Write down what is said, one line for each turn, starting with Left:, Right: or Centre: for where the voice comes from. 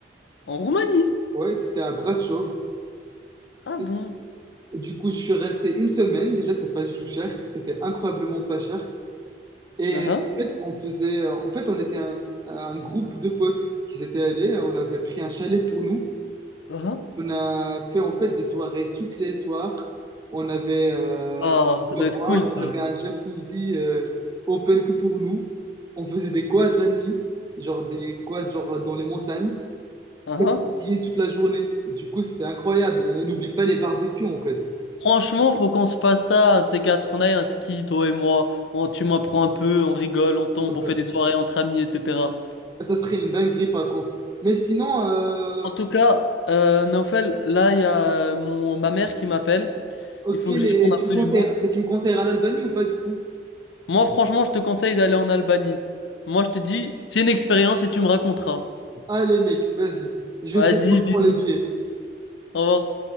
Left: En Roumanie.
Right: Ouais, c'était à Bratislava. C'est-
Left: Ah bon?
Right: Du coup, je suis resté une semaine. Déjà, c'est pas du tout cher. C'était incroyablement pas cher. Et
Left: Ah ah.
Right: en fait, on faisait, euh, en fait, on était un, un groupe de potes qui s'étaient allés. On avait pris un chalet pour nous.
Left: ah.
Right: On a fait en fait des soirées toutes les soirs. On avait euh,
Left: Oh, ça doit
Right: à boire,
Left: être cool ça.
Right: on avait un jacuzzi euh, open que pour nous. On faisait des quads la nuit, genre des quads genre dans les montagnes,
Left: Franchement,
Right: et on skiait toute la journée. Du coup, c'était incroyable. Et N'oublie pas les barbecues en fait.
Left: Franchement, faut qu'on se fasse ça, un de ces quatre, qu'on aille à un ski, toi et moi. On, tu m'apprends un peu, on rigole, on tombe,
Right: Euh,
Left: on fait des soirées entre amis, etc.
Right: Ça serait une dinguerie par contre. Mais sinon, euh,
Left: En tout cas, euh, Naufel, là, il y a euh, mon, ma mère qui m'appelle.
Right: ok,
Left: Il faut que je
Right: mais
Left: réponde
Right: tu
Left: absolument.
Right: me conseilles, mais tu me conseilleras l'Albanie ou pas du coup?
Left: Moi, franchement, je te conseille d'aller en Albanie. Moi, je te dis, c'est une expérience et tu me raconteras.
Right: Allez mec, vas-y. Je vais
Left: Vas-y,
Right: te dire qu'on prend
Left: bisous.
Right: les billets.
Left: Au revoir.